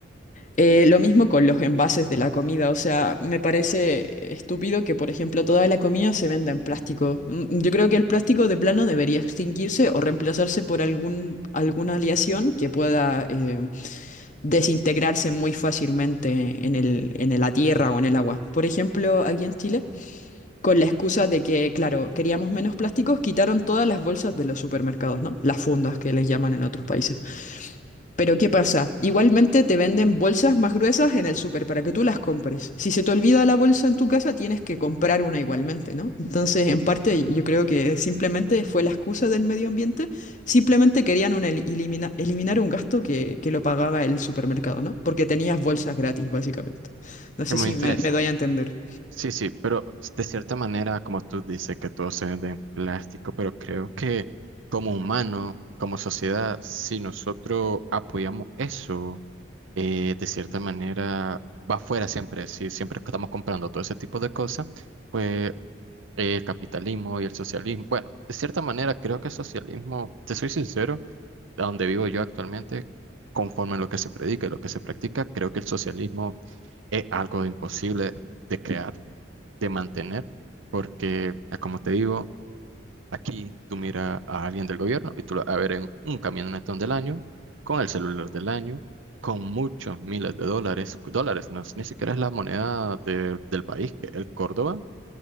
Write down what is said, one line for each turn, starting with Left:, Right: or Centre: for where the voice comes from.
Left: Eh, lo mismo con los envases de la comida, o sea, me parece estúpido que, por ejemplo, toda la comida se venda en plástico. Mm, Yo creo que el plástico de plano debería extinguirse o reemplazarse por algún, alguna aleación que pueda eh, desintegrarse muy fácilmente en el, en la tierra o en el agua. Por ejemplo, aquí en Chile, con la excusa de que, claro, queríamos menos plásticos, quitaron todas las bolsas de los supermercados, ¿no? Las fundas que les llaman en otros países. Pero ¿qué pasa? Igualmente te venden bolsas más gruesas en el súper para que tú las compres. Si se te olvida la bolsa en tu casa, tienes que comprar una igualmente, ¿no? Entonces, en parte, yo creo que simplemente fue la excusa del medio ambiente. Simplemente querían un el- elimina- eliminar un gasto que, que lo pagaba el supermercado, ¿no? Porque tenías bolsas gratis, básicamente. No sé
Right: Es
Left: si
Right: muy interesante.
Left: me, me doy a entender.
Right: Sí, sí, pero de cierta manera, como tú dices, que todo se de plástico, pero creo que como humano, como sociedad, si nosotros apoyamos eso, eh, de cierta manera va afuera siempre, si siempre estamos comprando todo ese tipo de cosas, pues eh, el capitalismo y el socialismo, bueno, de cierta manera creo que el socialismo, te soy sincero, a donde vivo yo actualmente, conforme a lo que se predica y lo que se practica, creo que el socialismo es algo imposible de crear, de mantener, porque, ah, como te digo, aquí tú miras a alguien del gobierno y tú lo vas a ver en un camionetón del año, con el celular del año, con muchos miles de dólares, dólares, no, ni siquiera es la moneda de- del país, que es el Córdoba,